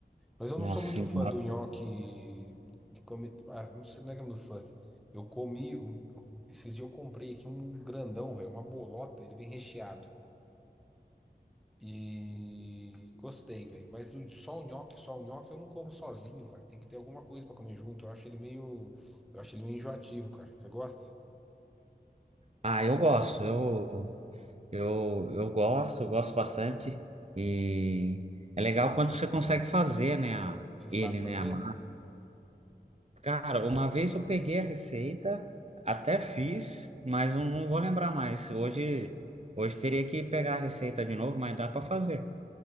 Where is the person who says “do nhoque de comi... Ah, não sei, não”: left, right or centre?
Centre